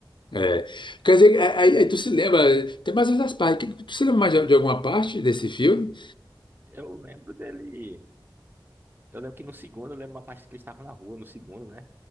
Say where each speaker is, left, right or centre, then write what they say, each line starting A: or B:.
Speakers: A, on the left; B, on the right.
A: É. Quer dizer, é, aí, aí tu se lembra, tem mais outras partes. Tu se lembra mais de, de alguma parte desse filme?
B: Eu lembro dele. Eu lembro que no segundo, eu lembro uma parte que eles estavam na rua, no segundo, né?